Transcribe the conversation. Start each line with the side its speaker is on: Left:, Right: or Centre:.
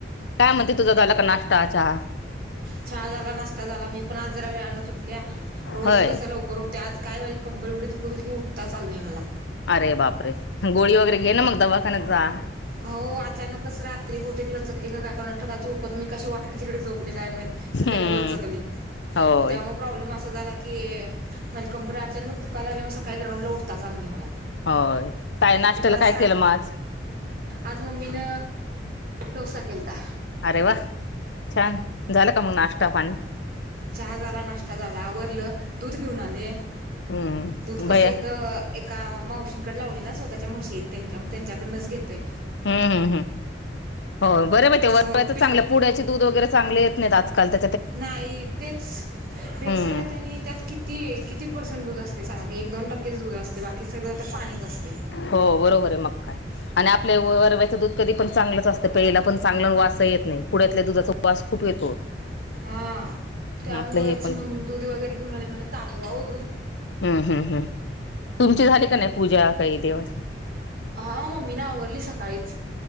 Left: काय म्हणते तुझा झाला का नाष्टा, चहा?
Right: चहा झाला नाष्टा झाला मी पण आज जरा वेळानच उठल्या रोज
Left: होय
Right: कस लवकर उ ते आज काय माझी कंबर एवढी दुखत होती की उठताच आल नाही मला.
Left: अरे बाप रे गोळी वगैरे घे ना मग दवाखान्यात जा.
Right: हो अचानकच रात्री बहुतेक लचकली का काय कोणास ठाऊक झोपेत मी कसे वाकडी तिकडी झोपले काय माहित. का
Left: हम्म
Right: त्याने लचकली
Left: होय
Right: मग त्यामुळं प्रॉब्लेम असा झाला की माझी कंबर अचानक दुकाय लागल्या मुळ सकाळी ग्राउंडला उठताच आल नाही मला.
Left: होय काय नाष्ट्याला
Right: मी पण असा
Left: काय केलं मग आज?
Right: आज मम्मीन डोसा केलता.
Left: अरे वा छान झाल का मंग नाष्टा पाणी?
Right: चहा झाला नाष्टा झाला आवरल दूध घेऊन आले
Left: हम्म
Right: दूध कस
Left: भैया
Right: इथ एका मावशींकड लावलय ना स्वतःच्या म्हशी आहेत त्यांच्या मग त्यांच्याकडनच घेते.
Left: हम्म हम्म हम्म हो बर मग
Right: असं
Left: ते चांगल
Right: पि
Left: पुड्याचे दूध वगैरे चांगले येत नाहीत आजकाल तर.
Right: नाही तेच
Left: हम्म
Right: भेसळ येते आणि त्यात किती किती परसेंट दूध असते सांगा की एक दोन टक्केच दूध असते बाकी सगळं तर पाणीच असतय.
Left: हो बरोबर आहे मग काय आणि आपल्या वरव्याच दूध कधी पण चांगलच असत प्यायला पण चांगल आणि वासही येत नाही पुड्यातल्या दुधाचा वास खूप येतो.
Right: हां त्यामुळेच
Left: आपलं हे पण
Right: मग दूध वगैरे घेऊन आले म्हणल तापवाव दूध.
Left: हम्म हम्म हम् तुमची झाली का नाही पूजा काही देव?
Right: हा मम्मी ना आवरली सकाळीच